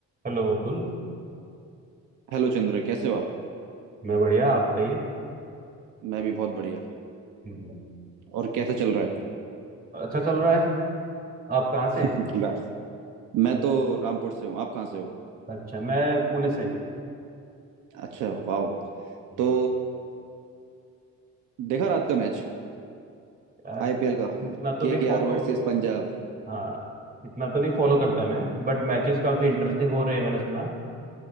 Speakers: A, on the right; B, on the right.
A: Hello Abdul
B: Hello Chandra कैसे हो आप
A: मैं बढ़िया आप बताइए
B: मैं भी बहुत बढ़िया
A: हम्म,
B: और कैसा चल रहा
A: अच्छा चल रहा है आप कहाँ से
B: है
A: हैं?
B: <laughs> रा- मैं तो रामपुर से हूँ आप कहाँ से हो
A: अच्छा मैं पुणे से
B: अच्छा वाह
A: हम्म।
B: तो देखा रात का मैच
A: यार
B: आईपीएल का
A: इतना तो
B: केकेआर
A: नहीं फॉलो
B: वर्सेस पंजाब
A: हाँ इतना तो नहीं फॉलो करता मैं बट मैचेस काफी
B: हम्म
A: इंटरेस्टिंग हो रहे हैं मैंने सुना